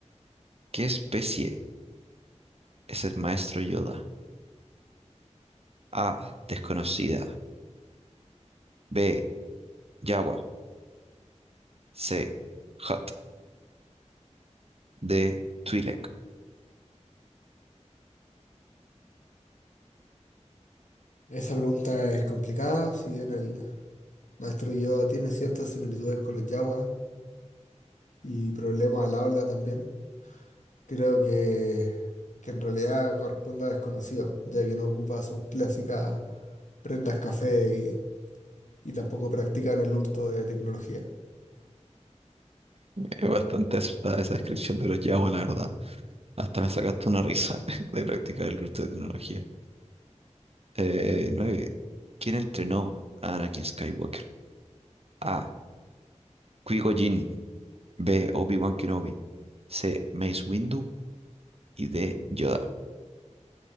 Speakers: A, on the right; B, on the left.
A: ¿Qué especie es el maestro Yoda? A. Desconocida. B. Yawa. C. Hutt. D. Twi'lek.
B: Esa pregunta es complicada, si bien el maestro Yoda tiene ciertas similitudes con los Jawas y problemas al habla también, creo que, que en realidad corresponde a desconocido, ya que no ocupa sus clásicas prendas café y, y tampoco practican el hurto de tecnología.
A: Es bastante acertada esa descripción de los Yawa, la verdad. Hasta me sacaste una risa <laughs> de practicar el uso de tecnología. Eh, nueve. ¿Quién entrenó a Anakin Skywalker? A. Qui-Gon Jinn. B. Obi-Wan Kenobi. C. Mace Windu. Y D. Yoda.